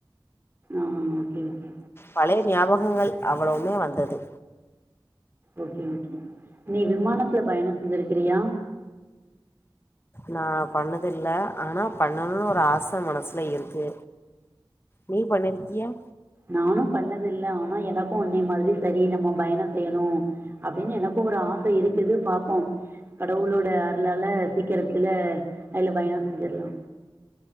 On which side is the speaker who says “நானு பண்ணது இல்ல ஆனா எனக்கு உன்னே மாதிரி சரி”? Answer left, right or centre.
Right